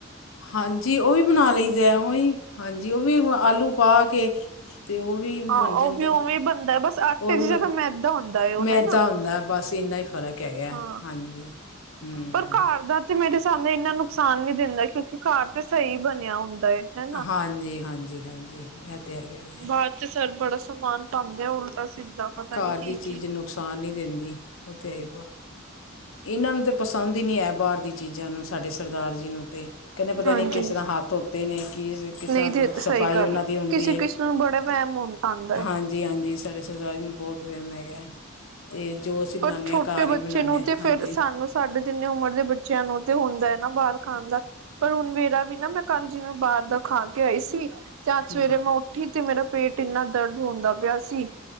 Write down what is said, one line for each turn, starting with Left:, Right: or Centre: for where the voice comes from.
Left: ਹਾਂਜੀ। ਉਹ ਵੀ ਬਣਾ ਲਈ ਦਾ ਉਹੀ, ਹਾਂਜੀ ਉਹ ਵੀ ਆਲੂ ਪਾ ਕੇ। ਤੇ ਉਹ ਵੀ
Right: ਹਾਂ
Left: ਬਣ
Right: ਉਹ
Left: ਜਾਂਦਾ।
Right: ਵੀ ਉਵੇਂ ਬਣਦਾ ਬਸ ਆਟੇ
Left: ਉਹ
Right: ਦੀ
Left: ਵੀ
Right: ਜਗ੍ਹਾ ਮੈਦਾ ਹੁੰਦਾ ਹੈ ਉਹ
Left: ਮੈਦਾ
Right: ਹਨਾ
Left: ਹੁੰਦਾ। ਬਸ ਇੰਨਾ ਹੀ ਫ਼ਰਕ ਹੈਗਾ।
Right: ਹਾਂ
Left: ਹਾਂਜੀ ਹੂੰ
Right: ਪਰ ਘਰ ਦਾ ਤੇ ਮੇਰੇ ਸਾਹਮਣੇ ਇੰਨਾ ਨੁਕਸਾਨ ਨੀ ਦਿੰਦਾ ਏ। ਕਿਉਂਕਿ ਘਰ ਤੇ ਸਹੀ ਬਣਿਆ ਹੁੰਦਾ ਹੈਨਾ।
Left: ਹਾਂਜੀ ਹਾਂਜੀ ਹਾਂਜੀ ਏ ਹੈਗਾ ਹੀ ਹੈ।
Right: ਬਾਹਰ ਤੇ ਸਰ ਬੜਾ ਸਮਾਨ ਪਾਉਂਦੇ ਆ ਉਲਟਾ ਸਿੱਧਾ ਪਤਾ
Left: ਘਰ
Right: ਨੀ ਕੀ
Left: ਦੀ ਚੀਜ਼
Right: ਕੀ
Left: ਨੁਕਸ ਸਾਨ ਨੀ ਦਿੰਦੀ। ਉਹ ਤੇਈ ਇਹਨਾਂ ਨੂੰ ਤੇ ਪਸੰਦ ਹੀ ਨਹੀਂ ਆਇਆ। ਬਾਹਰ ਦੀਆਂ ਚੀਜ਼ਾਂ ਨੂੰ ਸਾਡੇ ਸਰਦਾਰ ਜੀ ਨੂੰ, ਤੇ ਕਹਿੰਦੇ ਪਤਾ
Right: ਹਾਂਜੀ
Left: ਨੀ, ਕਿਸ ਤਰ੍ਹਾਂ ਹੱਥ ਧੋਤੇ ਨੇ ਕੀ ਕਿਸ
Right: ਨਹੀਂ
Left: ਤਰ੍ਹਾਂ
Right: ਦੇ
Left: ਸਫ਼ਾਈ
Right: ਸਹੀ ਗੱਲ
Left: ਉਹਨਾਂ
Right: ਹੈ
Left: ਦੀ ਹੁੰਦੀ
Right: ਕਿਸੇ
Left: ਏ,
Right: ਕਿਸੇ ਨੂੰ ਬੜਾ ਵਹਿਮ
Left: ਤੇ
Right: ਹੁੰ ਆਉਂਦਾ ਹੈ
Left: ਹਾਂਜੀ। ਜੀ। ਹਾਂਜੀ ਸਾਡੇ ਸਰਦਾਰੀ ਨੂੰ ਬਹੁਤ ਵਹਿਮ ਹੈਗਾ। ਤੇ ਜੋ ਅਸੀਂ ਬਣਾਨੇ
Right: ਪਰ ਛੋਟੇ
Left: ਹਾਂ ਘਰ
Right: ਬੱਚੇ
Left: ਹੀ ਬਣਾਨੇ
Right: ਨੂੰ ਤੇ
Left: ਹਾਂ ਹਾਂਜੀ
Right: ਫੇਰ ਸਾਨੂੰ ਸਾਢੇ ਜਿੰਨੇ ਉਮਰ ਦੇ ਬੱਚਿਆਂ ਨੂੰ ਤੇ ਹੁੰਦਾ ਹੈ। ਨਾ ਬਾਹਰ ਖਾਣ ਦਾ ਪਰ ਮੇਰਾ ਵੀ ਨਾ ਮੈਂ ਕੱਲ ਜਿਵੇਂ, ਬਾਹਰ ਦਾ ਖਾ ਕੇ ਆਈ ਸੀ। ਤੇ ਅੱਜ
Left: ਹੂੰ
Right: ਸਵੇਰੇ ਮੈਂ ਉੱਠ ਠੀ, ਤੇ ਮੇਰਾ ਪੇਟ ਇੰਨਾ ਦਰਦ ਹੁੰਦਾ ਪਿਆ ਸੀ।